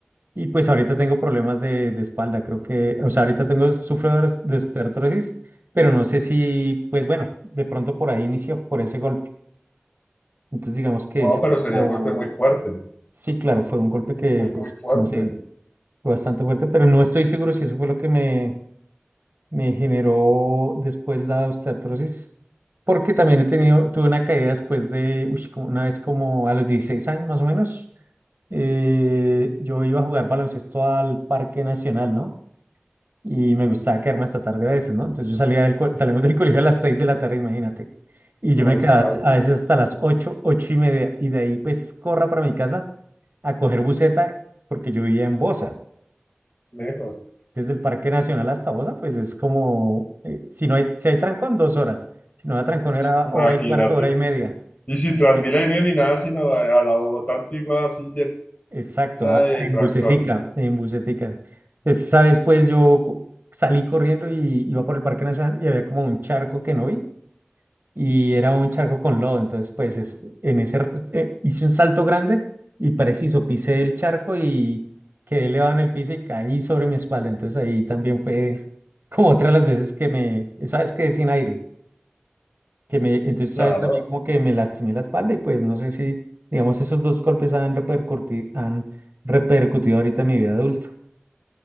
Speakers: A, on the right; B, on the left.
A: Y pues ahorita tengo problemas de, de espalda, creo que, o sea, ahorita tengo, sufro de ars- de osteoartrosis, pero no sé si, pues bueno, de pronto por ahí inició, por ese golpe. Entonces digamos que
B: Wow,
A: ese fue
B: pero
A: como,
B: sería un golpe muy fuerte,
A: sí, claro, fue un golpe que,
B: muy,
A: pues,
B: muy fuerte,
A: no sé, fue bastante fuerte, pero no estoy seguro si eso fue lo que me, me generó después la osteoartrosis, porque también he tenido, tuve una caída después de, uy, como una vez como a los 16 años más o menos, eh, yo iba a jugar baloncesto al Parque Nacional, ¿no? y me gustaba quedarme hasta tarde a veces, ¿no? Entonces yo salía del, co- salimos del colegio a las 6 de la tarde, imagínate. Y yo
B: o
A: me quedaba
B: estable,
A: a veces hasta las 8, 8 y media, y de ahí pues corra para mi casa a coger buseta, porque yo vivía en Bosa.
B: lejos,
A: Desde el Parque Nacional hasta Bosa, pues es como, eh, si no hay, si hay trancón, dos horas. Si no hay trancón, era
B: imagínate.
A: hora y cuarto, hora y media.
B: Y sin Transmilenio
A: Yo-
B: ni nada, sino a, a la Bogotá antigua así
A: Exacto,
B: llena
A: ah,
B: de
A: en
B: trancones.
A: busetica, en busetica. Entonces, sabes, pues yo co- salí corriendo y iba por el Parque Nacional y había como un charco que no vi. y era un charco con lodo. Entonces, pues es- en ese r- eh, hice un salto grande y preciso, pisé el charco y quedé elevado en el piso y caí sobre mi espalda. Entonces ahí también fue <laughs> como otra de las veces que me, sabes que sin aire, que me, entonces
B: Claro,
A: sabes también como que me lastimé la espalda y pues no sé si, digamos, esos dos golpes han repercutido, han repercutido ahorita en mi vida adulta.